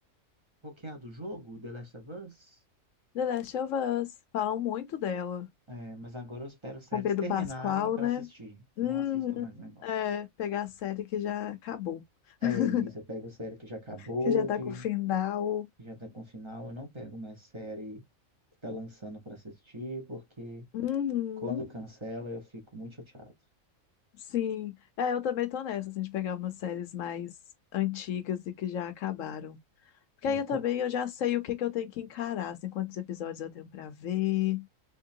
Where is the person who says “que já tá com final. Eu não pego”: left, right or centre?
Right